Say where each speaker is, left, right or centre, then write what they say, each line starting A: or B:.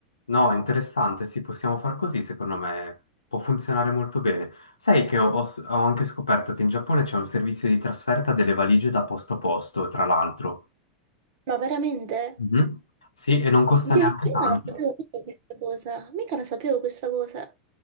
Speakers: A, on the left; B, on the right.
A: No, è interessante, sì, possiamo far così, secondo me può funzionare molto bene. Sai che ho, ho s- ho anche scoperto che in Giappone c'è un servizio di trasferta delle valigie da posto a posto, tra l'altro.
B: Ma veramente?
A: Mhm. Sì, e non costa
B: Oddio,
A: neanche
B: io
A: tanto.
B: non la sapevo mica questa cosa, mica la sapevo questa cosa.